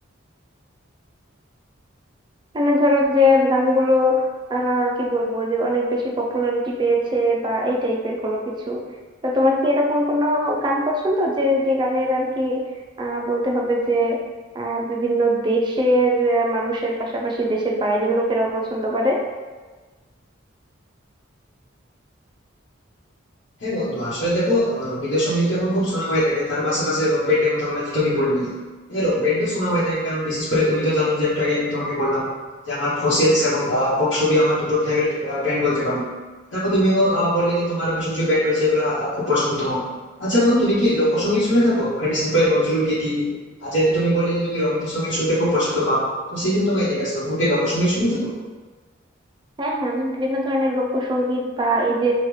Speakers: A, on the right (about 20°); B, on the left (about 65°).
A: মানে ধরো যে গানগুলো আহ কি বলবো যে অনেক বেশি পপুলারিটি পেয়েছে বা এই টাইপের কোনো কিছু তো তোমার কি এরকম কোনো গান পছন্দ যে যে গানের আর কি আহ বলতে হবে যে আহ বিভিন্ন দেশের আহ, মানুষের পাশাপাশি দেশের বাইরের লোকেরাও পছন্দ করে
B: হ্যাঁ বন্ধু আসলে দেখো আহ, রবীন্দ্রসঙ্গীত তো এখন খুব শোনা হয়ে থাকে তার পাশাপাশি রক ব্যান্ডের কথা বলে যে তুমি বললে হ্যাঁ রক ব্যান্ডও শোনা হয়ে থাকে কারণ বিশেষ করে তুমি তো জানো যে একটু আগে আমি তোমাকে বললাম যে আমার ফসেলস এবং কক স্টুডিও আমার দুটো ফেভারিট ব্যান্ড বলতে পারো তারপর তুমিও আহ, বললে যে তোমারও কিছু কিছু ব্যান্ড রয়েছে এগুলো আহ, খুব পছন্দ তোমার আচ্ছা বন্ধু তুমি কি লোকসঙ্গীত শুনে থাকো মানে বিশেষ করে নজরুল গীতি আর যেহেতু তুমি বললে যে তুমি রবীন্দ্রসঙ্গীত শুনতে খুব পছন্দ পাও তো সেই জন্য তোমাকে জিজ্ঞাসা করো তুমি কি লোকসঙ্গীত শুনে থাকো
A: হ্যাঁ হ্যাঁ আমি বিভিন্ন ধরনের লোকসঙ্গীত বা এই যে